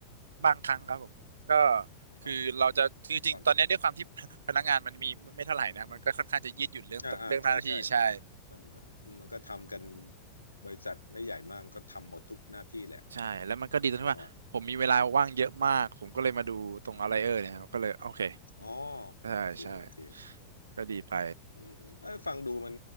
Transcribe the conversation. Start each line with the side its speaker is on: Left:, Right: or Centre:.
Right: บางครั้งครับผมก็คือเราจะจริงๆตอนนี้ด้วยความที่
Left: เอาความ
Right: <laughs> พนักงานมันมีไม่เท่าไหร่นะมันก็ค่อนข้างจะยืดหยุ่นเรื่องเรื่องหน้าที่ใช่
Left: อ่าอ่าใช่ใช่มันมันมันมันก็ทำกันบริษัทไม่ใหญ่มากก็ทำหมดทุกหน้าที่แหละ
Right: ใช่แล้วมันก็ดีตรงที่ว่าผมมีเวลาว่างเยอะมากผมก็เลยมาดูตรงอะไรเออเนี่ยครับก็เลยโอเค
Left: จริงแล้วอ่ะอ๋อ
Right: ใช่ใช่
Left: โอเคโอเค
Right: ก็ดีไป
Left: อืมเอ้ยฟังดูมัน